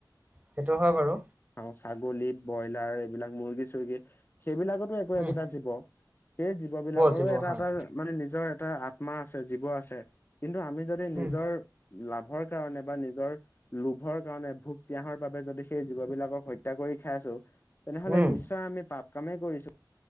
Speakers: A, on the right (about 20°); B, on the left (about 30°).
A: সেইটো হয় বাৰু।
B: খাওঁ ছাগলী ব্ৰইলাৰ এইবিলাক মুৰ্গী চুৰ্গী। সেইবিলাকতো একো
A: উম,
B: একোটা জীৱ সেই জীৱ বিলাকৰো
A: জীৱ
B: এটা
A: হয়,
B: এটা মানে নিজৰ এটা আত্মা আছে জীৱ আছে কিন্তু আমি যদি
A: উম,
B: নিজৰ লাভৰ কাৰণে বা নিজৰ লোভৰ কাৰণে ভোক পিয়াহৰ বাবে যদি সেই জীৱ বিলাকৰ হত্যা কৰি খাই আছো তেনেহলে
A: উম,
B: নিশ্চয় আমি পাপ কামেই কৰিছো।